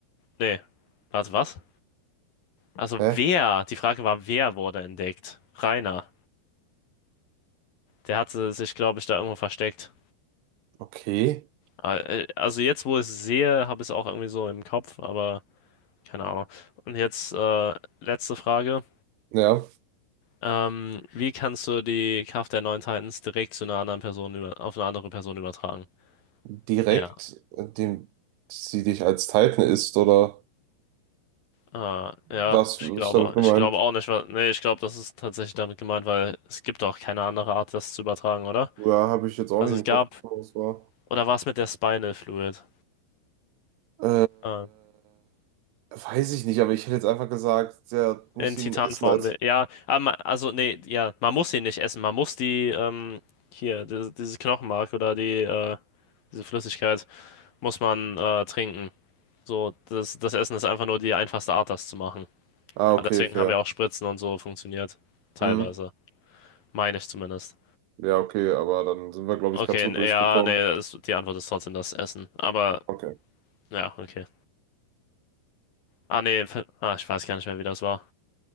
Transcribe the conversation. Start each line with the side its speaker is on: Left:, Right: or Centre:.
Left: Nee. Warte, was? Also
Right: Hä?
Left: wer? Die Frage war, wer wurde entdeckt? Rainer. Der hatte sich, glaube ich, da irgendwo versteckt.
Right: Okay,
Left: Äh, Also jetzt, wo ich es sehe, habe ich es auch irgendwie so im Kopf, aber keine Ahnung. Und jetzt äh, letzte Frage.
Right: ja,
Left: Ähm, wie kannst du die Kraft der neuen Titans direkt zu einer anderen Person über, auf eine andere Person übertragen?
Right: direkt,
Left: Ja,
Right: indem sie dich als Titan isst, oder
Left: äh, ja,
Right: was
Left: ich
Right: ist
Left: glaube,
Right: damit gemeint?
Left: ich glaube auch nicht, weil, nee, ich glaube, das ist tatsächlich damit gemeint, weil es gibt auch keine andere Art, das zu übertragen, oder?
Right: Ja, habe ich jetzt auch
Left: Also
Right: nicht
Left: es
Right: im
Left: gab,
Right: Kopf, was das war.
Left: oder war es mit der Spinal Fluid?
Right: Äh,
Left: Äh,
Right: weiß ich nicht, aber ich hätte jetzt einfach gesagt, der muss
Left: in Titanform,
Right: ihn essen als.
Left: der, ja, aber ma- also nee, ja, man muss sie nicht essen, man muss die, ähm, hier, dieses, dieses Knochenmark oder die, äh, diese Flüssigkeit muss man äh, trinken. So, das, das Essen ist einfach nur die einfachste Art, das zu machen.
Right: Ah,
Left: Aber
Right: okay,
Left: Deswegen
Right: fair.
Left: haben ja auch Spritzen und so funktioniert. Teilweise.
Right: Hm.
Left: Meine ich zumindest.
Right: Ja, okay, aber dann sind wir, glaube
Left: Okay,
Right: ich, ganz gut
Left: n- ja,
Right: durchgekommen.
Left: nee, das, die Antwort ist trotzdem das Essen. Aber,
Right: Okay.
Left: ja, okay. Ah, nee, f- ah, ich weiß gar nicht mehr, wie das war.